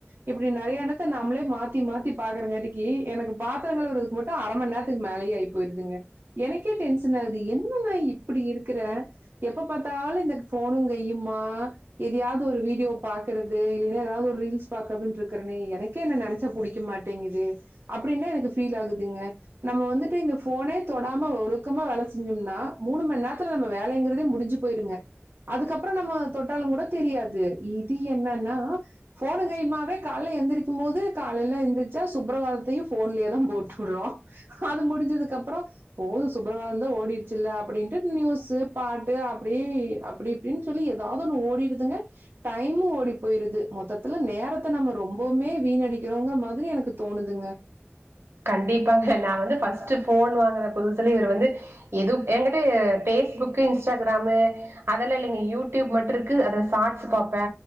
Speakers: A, on the right; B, on the right.
A: இப்படி நறைய எனத்த நம்ளே மாத்தி மாத்தி பாக்குறங்காட்டிக்கி எனக்கு பாத்திரங் கழுவருதுக்கு மட்டு அர மண் நேரத்துக்கு மேலேயே ஆய் போயிருதுங்க எனக்கே டென்ஷன் ஆகுது என்னமா இப்படி இருக்கிற எப்ப பார்த்தாலு இந்தக் போனு கையுமா எதையாவ்து ஒரு வீடியோ பாக்குறது இல்லைன்னா எதாவது ஒரு ரீல்ஸ் பாக்கதுன்ருக்கென்னே எனக்கே என்ன நெனச்சா புடிக்க மாட்டேங்குது அப்படின்னா எனக்கு ஃபீல் ஆகுதுங்க நம்ம வந்துட்டு இந்த ஃபோனே தொடாம ஒழுக்கமா வேல செஞ்சோம்னா மூனு மண் நேரத்துல நம்ம வேலைங்கிறதே முடுஞ்சு போய்ருங்க அதுக்கப்புற நம்ம தொட்டாலு கூட தெரியாது இது என்னன்னா ஃபோனுங்கையுமாவே கால்ல எந்திரிக்கும் போது காலைல எந்திரிச்சா சுப்பரவாதத்தையு போன்லயே தா போட்டுற்றோ அது முடிஞ்சதுக்கப்பறோ போது சுப்பரவாததா ஓடிர்ச்சுல்ல அப்படின்டு நியூஸ்சு பாட்டு அப்படியே அப்படி இப்டின் சொல்லி எதாவது ஒன்னு ஓடிருதுங்க டைமு ஓடி போய்ருது மொத்தத்துல நேரத்த நம்ம ரொம்போம்மே வீணடிக்கிறோங்குற மாதிரி எனக்கு தோணுதுங்க
B: கண்டிப்பாங்க நா வந்து ஃபஸ்ட்டு ஃபோன் வாங்கற புதுசல இவரு வந்து எது எங்கிட்ட பேஸ்புக்கு இன்ஸ்டாகிராமு அதலா இல்லைங்க யூடியூப் மட்டு இருக்கு அதுல ஷாட்ஸ் பாப்பே